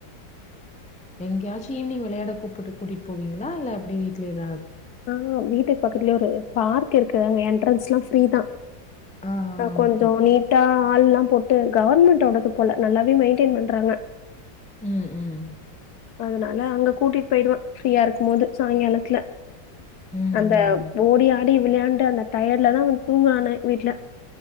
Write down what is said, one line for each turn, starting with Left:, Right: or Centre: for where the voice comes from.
Centre: எங்கேயாச்சும் ஈவினி்ங் விளையாட கூப்பிட்டு கூட்டிகிட்டு போவீங்களா இல்ல அப்படி வீட்லேத
Left: ஆஹ் வீட்டு பக்கத்துலயே ஒரு பார்க் இருக்குதுங்க என்ட்ரன்ஸ் எல்லாம் ஃப்ரீ தான்
Centre: ஆ ஆ
Left: ஆஹ கொஞ்சம்
Centre: ஓகே
Left: நீட்டா ஆள் எல்லாம் போட்டு கவர்மெண்டோடது போல நல்லாவே மெயின்டென் பண்றாங்க
Centre: ம்ம்
Left: அதனால அங்க கூட்டிட்டு போயிடுவேன் ஃப்ரீயா இருக்கும் போது சாயங்காலத்துல
Centre: ம்
Left: அங்க
Centre: ம்
Left: ஓடி ஆடி வெளையாண்டு அந்த டயடு தான் வந்து தூங்கனானே வீட்டுல